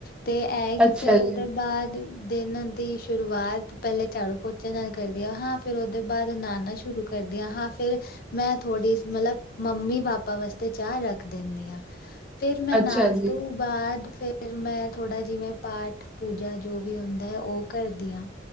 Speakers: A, on the left; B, in the centre.
A: ਤੇ ਐਏਗੀ,
B: ਅੱਛਾ
A: ਫੇਰ
B: ਜੀ,
A: ਉਹਦੇ ਬਾਅਦ ਦਿਨ ਦੀ ਸ਼ੁਰੂਆਤ, ਪੈਲੇ ਝਾੜੂ ਪੋਚ ਚੇ ਨਾਲ ਕਰਦੀਆਂ, ਹਾਂ ਫੇਰ ਓਦੇ ਬਾਅਦ ਨਹਾਨਾ ਸ਼ੁਰੂ ਕਰਦੀਆਂ, ਹਾਂ ਫੇਰ ਮੈਂ ਥੋੜ੍ਹੀ ਮਤਲਬ, ਮੰਮੀ ਪਾਪਾ ਵਾਸਤੇ ਚਾਹ ਰੱਖ ਦਿੰਦੀ ਹਾਂ। ਫੇਰ, ਮੈਂ
B: ਅੱਛਾ
A: ਨਾਣ
B: ਜੀ,
A: ਤੋਂ ਬਾਅਦ ਫੇਰ ਮੈਂ ਥੋੜ੍ਹਾ ਜਿਵੇਂ ਪਾਠ ਪੂਜਾ ਜੋ ਵੀ ਹੁੰਦਾ ਹੈ, ਓ ਕਰਦੀਆਂ।